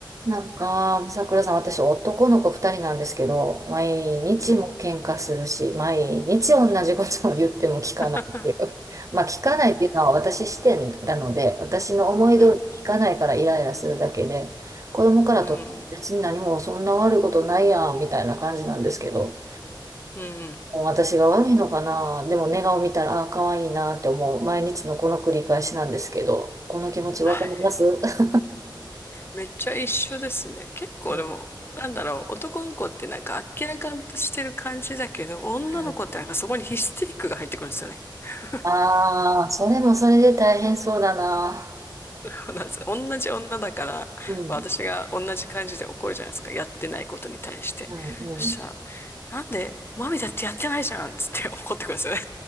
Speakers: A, on the right; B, on the left.
A: なんか、桜さん、私、男の子二人なんですけど、毎日も喧嘩するし、
B: うん。
A: 毎日同じことを言っても聞かないっていう。
B: <laughs>
A: <laughs> まあ、聞かないっていうのは私視点なので、私の思い通りに聞かないからイライラするだけで、
B: うん。
A: 子供からと別に何もそんな悪いことないやん、
B: うん。
A: みたいな感じなんですけど、
B: うん
A: 私が悪いのかな、でも寝顔見たら、ああ、可愛いなって思う、毎日のこの繰り返しなんですけど、この気持ちわかります
B: はい
A: <laughs>
B: めっちゃ一緒ですね。結構でも、
A: う
B: なんだろう、男の子ってなんか明らかんとしてる感じだけど、女の子ってなんかそこにヒステリックが入ってくるんですよね。
A: ん
B: <laughs>
A: ああ、それもそれで大変そうだな。
B: そうなんです。同じ女だから、
A: うん、
B: 私が同じ感じで怒るじゃないですか。やってないことに対して。
A: うん、うん。
B: そしたら、なんで、マミだってやってないじゃんっつって怒ってくるんですよね。